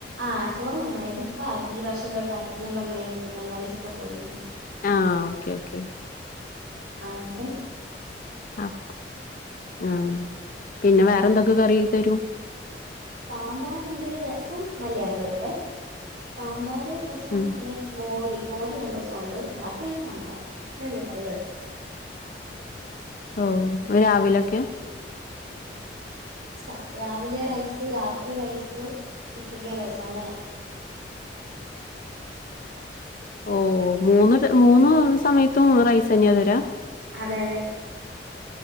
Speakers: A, on the right (about 75°); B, on the left (about 50°).
A: ആഹ് ചോറ് നമ്മുടെ ഇദ് ഇപ്പാക്കി ഈ വർഷം തൊട്ടാക്കി ഞാൻ പർഞ്ഞില്ലേ മറ്റേ ബംഗാളീസൊക്കെ പോയിന്നു
B: ആഹ് ഓക്കെ ഓക്കെ
A: ആഹ് <unintelligible>
B: അഹ് ആഹ് പിന്ന വേറെ എന്തൊക്കെ കറി തരും
A: സാമ്പാറ്ണ്ട് രസം നല്ലെയാണ് ഇവിടുത്തെ സാമ്പാറ് രസം
B: ഉം
A: പിന്നെ മോര് മോര് രണ്ടു ദിവസം ഉണ്ട് ബാക്കിയെല്ലാം സാമ്പാറ ഇത്രേ ഉള്ളൂ കറികള്
B: ഓഹ് രാവിലൊക്കയോ
A: സ രാവിലെ റൈസ് രാത്രി റൈസ് ഉച്ചയ്ക്കും റൈസ് അങ്ങന
B: ഓഹ് മൂന്ന് രെ മൂന്ന് സമയത്തും റൈസ് തന്നെയാ തരാ
A: അതെ അതെ